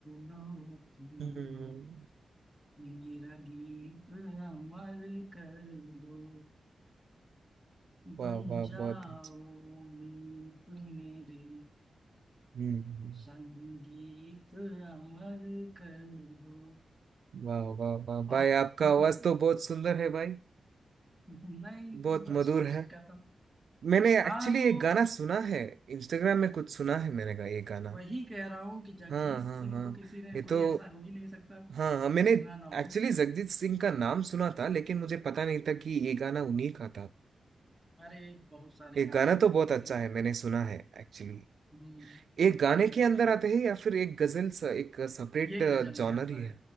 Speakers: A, in the centre; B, on the right.
A: लो तुम
B: हम्म,
A: ये मेरा गीत अमर कर दो
B: वाह
A: बन
B: वाह
A: जाओ
B: बहुत अच्छा
A: मीत मेरे
B: हम्म हम्म,
A: संगीत अमर कर दो
B: वाह वाह वाह
A: और
B: भाई आपका
A: हम्म,
B: आवाज तो बहुत सुंदर है भाई
A: नहीं
B: बहुत
A: बस
B: मधुर
A: कोशिश
B: है
A: करता हूँ
B: मैंने एक्चुअली
A: हाँ वो
B: एक गाना सुना है इंस्टाग्राम में कुछ सुना है मैंने का ये गाना
A: वही कह रहा हूँ कि जगजीत
B: हाँ हाँ
A: सिंह
B: हाँ
A: को किसी ने
B: ये
A: कोई
B: तो
A: ऐसा हो ही नहीं सकता कि
B: हाँ हाँ मैंने
A: सुना ना हो
B: एक्चुअली जगजीत सिंह का नाम सुना था लेकिन मुझे पता नहीं था कि ये गाना उन्हीं का था
A: अरे बहुत सारे
B: ये
A: गाने
B: गाना
A: हैं जगजीत
B: तो बहुत अच्छा
A: सिंह के
B: है मैंने सुना है एक्चुअली
A: हम्म
B: एक गाने
A: ये गाना
B: के अंदर
A: हो
B: आते हैं या फिर एक गजल सा एक सेपरेट
A: ये गजल
B: जॉनर
A: में आता
B: ही है
A: है